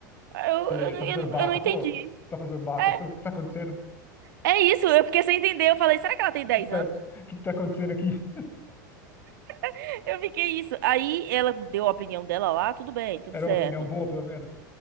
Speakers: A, on the right; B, on the left.
A: Aí Eu,
B: Eh,
A: eu, não-
B: tá fazendo
A: eu, não
B: barraca
A: eu não entendi.
B: à toa? Tá fazendo barraca
A: É
B: à toa? O que que tá acontecendo?
A: é isso, eu fiquei sem entender. Eu falei, será que ela tem
B: O
A: 10
B: que que tá,
A: anos?
B: o que que tá acontecendo aqui?
A: <laughs> Eu fiquei isso. Aí ela deu a opinião dela lá, tudo bem, tudo
B: Era
A: certo.
B: uma opinião boa, pelo menos?